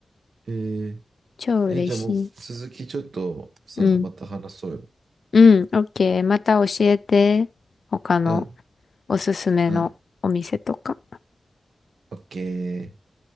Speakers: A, on the right; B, on the left.
A: えー、
B: 超嬉しい。
A: えじゃあもう続きちょっとさ、
B: うん。
A: また話そうよ。
B: うん、オッケー。また教えて。他の
A: うん、
B: おすすめのお店とか。
A: うん。オッケー。